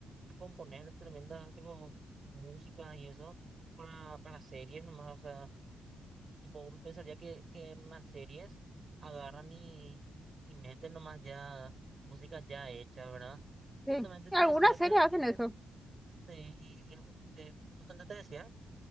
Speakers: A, on the right (about 30°); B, in the centre.
A: a componer tremendas, tipo, músicas y eso para, para series nomás, o sea. Tipo, uno pensaría que, que en las series agarran y, y meten nomás ya música ya hecha, ¿verdad?
B: Sí.
A: Justamente te
B: Algunas
A: decía que
B: series
A: el,
B: hacen eso.
A: sí, y- y ju- te- justamente te decía